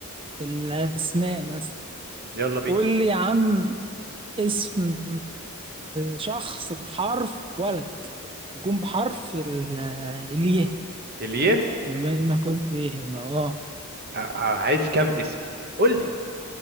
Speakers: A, on the right; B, on the right.
A: في الاسماء مثلا
B: يلا بينا
A: قول لي يا عم اسم شخص بحرف ولد يكون بحرف ال- الياء
B: اليه
A: بما انك كنت ايه بقى اه
B: ع- ع- عايز كام اسم قول لي